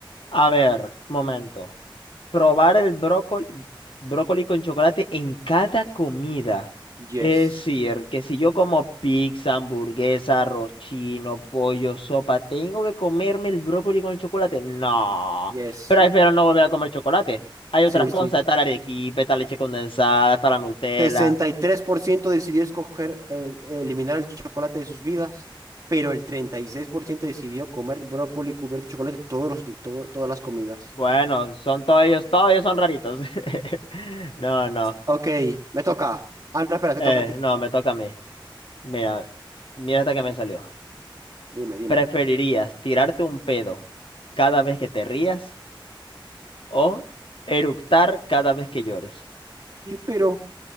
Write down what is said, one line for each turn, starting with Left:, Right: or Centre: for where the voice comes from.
Left: A ver, momento. Probar el brócoli, brócoli con chocolate en cada comida.
Right: yes,
Left: Es decir, que si yo como pizza, hamburguesa, arroz chino, pollo, sopa, ¿tengo que comerme el brócoli con el chocolate? No.
Right: yes.
Left: Prefiero no volver a comer chocolate. Hay otras
Right: Sí,
Left: cosas,
Right: sí.
Left: está la arequipe, está leche condensada, está la Nutella.
Right: 63% decidió escoger el- eliminar el chocolate de sus vidas, pero el 36% decidió comer brócoli cubierto de chocolate todos los, di- todo- todas las comidas.
Left: Bueno, son todos ellos, todos ellos son raritos. <laughs> No, no.
Right: Ok, me toca. Ah, no, espera, te
Left: Eh,
Right: toca a ti.
Left: no, me toca a mí. Mira, mira hasta que me salió.
Right: Dime, dime.
Left: ¿Preferirías tirarte un pedo cada vez que te rías o eructar cada vez que llores?
Right: Pero...